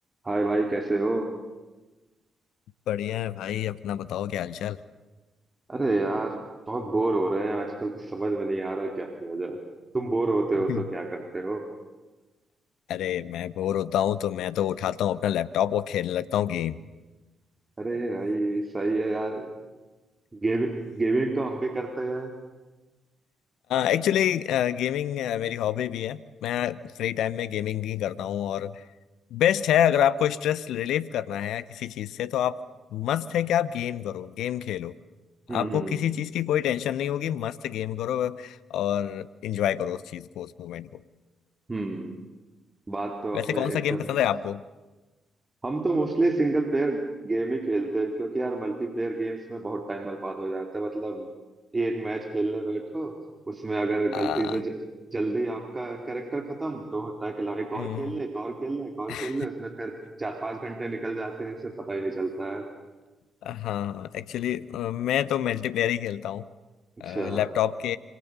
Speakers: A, on the right (about 25°); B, on the left (about 70°).
A: हाय भाई कैसे हो
B: बढ़िया है भाई अपना बताओ क्या हालचाल
A: अरे यार बहुत बोर हो रहे हैं आजकल कुछ समझ में नहीं आ रहा है क्या किया जाए तुम बोर होते हो
B: <laughs> हम्म।
A: तो क्या करते हो
B: अरे मैं बोर होता हूँ तो मैं तो उठाता हूँ अपना लैपटॉप और खेलने लगता हूँ गेम
A: अरे भाई सही है यार गेम गेमिंग तो हम भी करते हैं
B: एक्चुअली गेमिंग <laughs> मेरी हॉबी भी है मैं फ्री टाइम में गेमिंग ही करता हूँ और बेस्ट है अगर आपको स्ट्रेस रिलीफ करना है किसी चीज से तो आप मस्त है कि आप गेम करो गेम खेलो
A: हम्म
B: आपको
A: हम्म
B: किसी चीज की कोई टेंशन नहीं होगी मस्त गेम करो और एंजॉय करो उस चीज को उस मोमेंट को
A: हम्म बात तो
B: वैसे
A: आपने
B: कौन
A: एकदम
B: सा गेम पसंद है आपको
A: हम तो मोस्टली सिंगल प्लेयर गेम ही खेलते हैं क्योंकि यार मल्टीप्लेयर गेम्स में बहुत टाइम बर्बाद हो जाता है मतलब एक मैच खेलने बैठो उसमें अगर
B: आ,
A: गलती से ज, जल्दी आपका कैरेक्टर खत्म तो होता है कि लाओ एक
B: हम्म
A: और खेल ले एक और खेल ले एक और
B: <laughs>
A: खेल ले उसमें फिर चार पांच घंटे निकल जाते हैं इससे पता ही नहीं चलता है
B: अ, हाँ एक्चुअली मैं तो मल्टीप्लेयर ही खेलता हूँ
A: अच्छा
B: लैपटॉप के